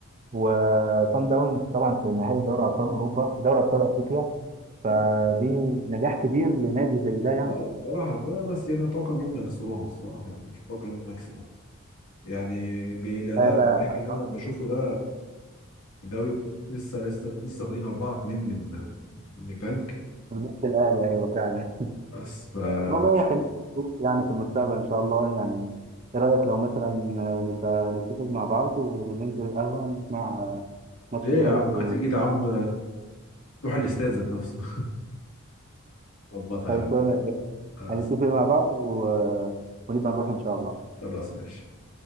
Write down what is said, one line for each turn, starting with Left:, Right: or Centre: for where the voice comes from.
Right: وصن داونز طبعا في نهائي دوري ابطال اوروبا دوري ابطال افريقيا فدي
Left: اه
Right: نجاح كبير لنادي زي ده يعني
Left: آه، الصراحه ب- بس يعني اتوقع ان هم يخسروها الصراحه يعني مش اتوقع ان هم يكسبوها يعني بالاداء
Right: لا
Left: الضحك اللي انا
Right: لا
Left: بشوفه ده الدوري لسه لسه لسه واخدين 4 2 من من البنك
Right: بالذات الاهلي ايوه فعلا
Left: بس فمش
Right: والله خلينا نشوف يعني في المستقبل ان شاء الله يعني ايه رايك لو مثلا نبقى نتفق مع بعض وننزل القهوه نسمع ماتش
Left: ليه
Right: بيراميدز
Left: يا عم هتيجي يا عم روح الاستاد ذات نفسه <laughs> ظبطها
Right: وخلصانه
Left: يا عم خلاص
Right: هنتفق مع بعض و... ونبقى نروح ان شاء الله
Left: خلاص ماشي